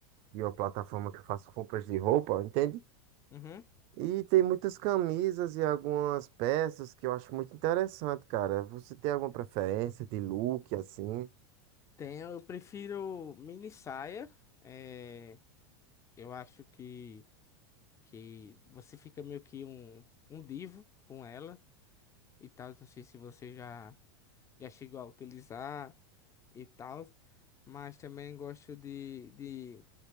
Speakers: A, on the right; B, on the left.
A: de uma plataforma que eu faço compras de roupa, entende?
B: Uhum.
A: E tem muitas camisas e algumas peças que eu acho muito interessante, cara. Você tem alguma preferência de look assim?
B: Tenho, eu prefiro mini saia. É, eu acho que que você fica meio que um um divo com ela e tal. Não sei se você já já chegou a utilizar e tal, mas também gosto de de